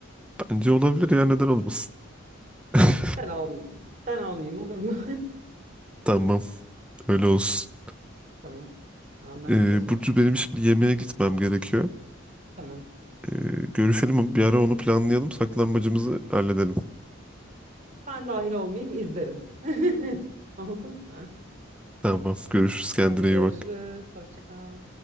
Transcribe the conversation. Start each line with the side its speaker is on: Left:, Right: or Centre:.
Centre: Bence olabilir ya neden olmasın? <laughs>
Right: Ben almayayım. Ben almayayım olur mu?
Centre: Tamam. Öyle olsun.
Right: <laughs> Tamam. Anlaştık
Centre: Ee,
Right: o zaman.
Centre: Burcu benim şimdi yemeğe gitmem gerekiyor.
Right: Tamam.
Centre: Ee, görüşelim bir ara onu planlayalım. Saklanmacımızı halledelim.
Right: Ben dahil olmayayım izlerim. <laughs> Oldu mu?
Centre: Tamam. Görüşürüz. Kendine
Right: Hadi görüşürüz.
Centre: iyi bak.
Right: Hoşça kal.